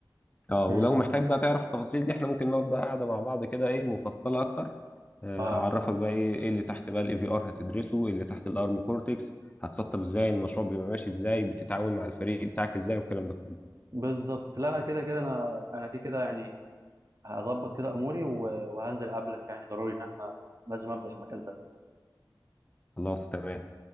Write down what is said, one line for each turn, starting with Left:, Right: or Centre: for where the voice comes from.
Left: اه
Right: امم
Left: ولو محتاج
Right: امم.
Left: بقى تعرف التفاصيل دي احنا ممكن نقعد بقى قاعدة مع بعض كده ايه مفصلة اكتر آه،
Right: اه
Left: اعرفك بقى ايه ايه اللي تحت بقى الاي في ار هتدرسه ايه اللي تحت الارم كورتكس هتسطب ازاي المشروع بيبقى ماشي ازاي بتتعاون مع الفريق بتاعك ازاي والكلام ده كله
Right: بالظبط لا انا كده كده انا انا كده كده يعني هظبط كده اموري و- وهنزل قبلك يعني ضروري ان احنا لازم ابدا في المجال ده
Left: خلاص تمام